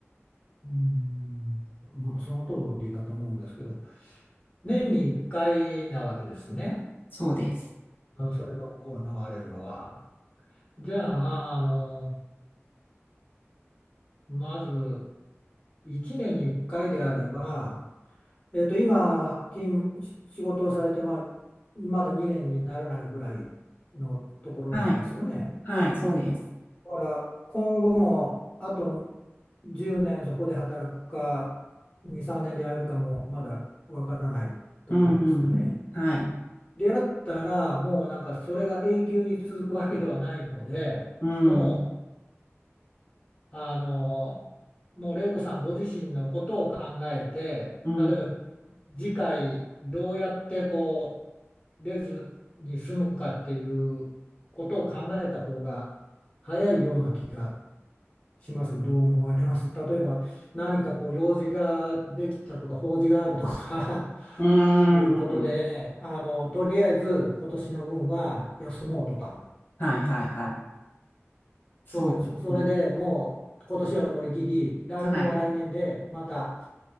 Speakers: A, on the left (about 25°); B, on the left (about 50°).
A: うんその通りだと思うんですけど、年に1回なわけですね。
B: そうです。
A: あのそれが行われるのは。じゃあ、あの、まず1年に1回であれば、えっと、今、勤務、し仕事をされて、まあ、まだ2年にならないぐらいのところなんですよね。
B: はい。はい、そうです。
A: だから、今後も、あと10年そこで働くか、2、3年で辞めるかも、まだわからないところですよね。
B: うん、うん。はい。
A: であったら、もうなんか、それが永久に続くわけではないので、
B: うん、
A: もう、あの、もう玲子さんご自身のことを考えて、
B: うん、
A: 例えば次回どうやってこう、出ずに済むかっていうことを考えた方が早いような気がしますが、どう思われます例えば何かこう用事ができたとか法事があるとか <laughs>
B: うん。
A: いうことで、あの、とりあえず今年の分は休もうとか。
B: はい、はい、はい。そうですね。
A: そう、そそれでもう今年は乗り切り、来年は来年で、
B: はい。
A: また、